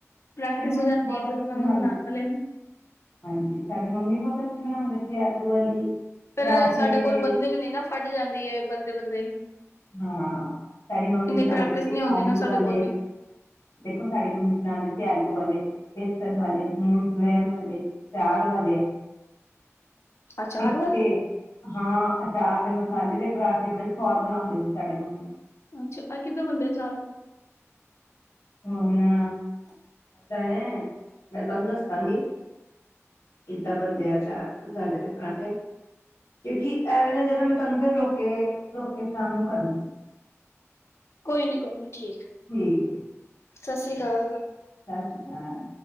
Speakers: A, on the left; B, on the left.
A: ਪ੍ਰੈਕਟਿਸ
B: ਸਾਡੇ ਮੰਮੀ
A: ਹੋ ਜਾਂਦੀ
B: ਬਹੁਤ
A: ਹੈ ਫ
B: ਅੱਛੀ
A: ਉਹਨਾਂ
B: ਬਣਾਉਂਦੇ
A: ਨੂੰ ਬਣਾ
B: ਸੀ
A: ਤਾਂ ਲੈ
B: ਹਾਂਜੀ ਸਾਡੇ ਮੰਮੀ ਬਹੁਤ ਅੱਛੀ ਬਣਾਉਂਦੇ ਸੀ ਆਲੂ ਵਾਲੀ ਪਰਾਠੇ
A: ਫਿਰ ਸਾਡੇ ਕੋਲ ਬੰਦੇ ਵੀ ਨਹੀਂ ਨਾ ਫਟ ਜਾਂਦੇ ਦੀ ਬੰਦੇ ਬੰਦੇ
B: ਹਾਂ ਸਾਡੀ ਮੰਮੀ ਬਣਾਉਂਦੇ
A: ਪ੍ਰੈਕਟਿਸ
B: ਸੀ
A: ਨਹੀਂ ਹੁੰਦੀ
B: ਆਲੂ
A: ਨਾ ਸਾਡੇ
B: ਵਾਲੇ
A: ਕੋਲ ਵੀ
B: ਦੇਖੋ ਸਾਡੀ ਮੰਮੀ ਬਣਾਉਂਦੇ ਸੀ ਤੇ ਆਲੂ ਵਾਲੇ ਬੇਸਣ ਵਾਲੇ ਨੂਨ ਲੈਣ ਵਾਲੇ ਚਾਰ ਵਾਲੇ
A: ਅਚਾਰ
B: ਠੀਕ
A: ਵਾਲੇ
B: ਹੈ ਹਾਂ ਅਚਾਰ ਦੇ ਮਸਾਲੇ ਦੇ ਪਰਰਾਠੇ ਬੜੇ ਸਵਾਦ ਬਣਾਉਂਦੇ ਸੀ ਸਾਡੇ ਮੰਾਮੇ
A: ਅੱਛਾ ਕਿੱਦਾਂ ਬੰਦ ਜਾਵੇ
B: ਹੁ ਨਾ ਤਾਂ ਐ ਮੈਂ ਤੁਹਾਨੂੰ ਦੱਸਾਂਗੀ ਕਿੱਦਾਂ ਬੰਦੇ ਆ ਚਾਰ ਮਸਾਲੇ ਦੇ ਪਰਾਂਠੇ ਕਿਉਂਕਿ ਐਵੇਂ ਨਾ ਜੜ ਮੈਂ ਤੁਹਾਨੂੰ ਫਿਰ ਰੋ ਕੇ ਰੋਕ ਕੇ ਸ਼ਾਮ ਨੂੰ ਕਰਾ
A: ਕੋਈ ਨੀ ਕੋਈ ਨੀ ਠੀਕ
B: ਠੀਕ ਆੀ
A: ਸਤਿ ਸ਼੍ਰੀ ਅਕਾਲ
B: ਸਤਿ ਸ੍ਰੀ ਅਕਾਲ